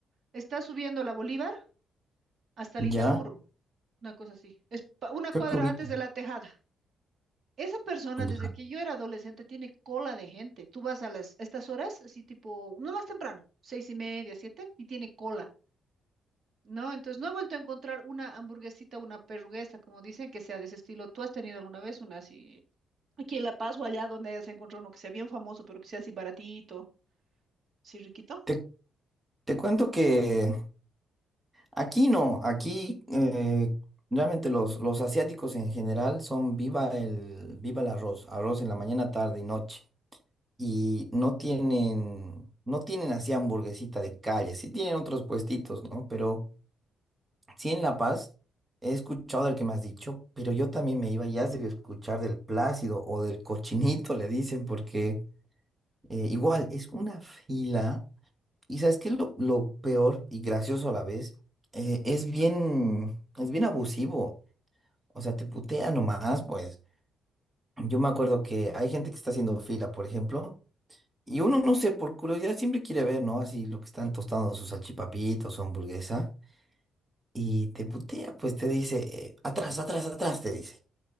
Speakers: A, on the right; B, on the right.
A: Está subiendo la Bolívar hasta Lindaburo,
B: ya,
A: una cosa así. Es pa- una
B: creo
A: cuadra
B: que ubico,
A: antes de la Tejada. Esa persona,
B: ya.
A: desde que yo era adolescente, tiene cola de gente. Tú vas a las, a estas horas, así tipo, no más temprano, seis y media, siete, y tiene cola, ¿no? Entonces, no he vuelto a encontrar una hamburguesita, una perruguesa, como dicen, que sea de ese estilo. ¿Tú has tenido alguna vez una así, aquí en La Paz o allá donde se encontrado uno que sea bien famoso, pero que sea así baratito, así riquito?
B: Te, te cuento que aquí no, aquí eh, realmente los, los asiáticos en general son viva el, viva el arroz, arroz en la mañana, tarde y noche. Y no tienen, no tienen así hamburguesita de calle, sí tienen otros puestitos, ¿no? Pero sí en La Paz he escuchado del que me has dicho, pero yo también me iba, ya has debido escuchar del plácido o del cochinito, le dicen, porque... Eh, igual, es una fila. Y sabes qué es lo, lo peor y gracioso a la vez. Eh, es bien, es bien abusivo. O sea, te putea nomás, pues. Yo me acuerdo que hay gente que está haciendo fila, por ejemplo, y uno, no sé, por curiosidad siempre quiere ver, ¿no? Así lo que están tostando sus salchipapitos, su hamburguesa. Y te putea, pues te dice, eh, atrás, atrás, atrás, te dice.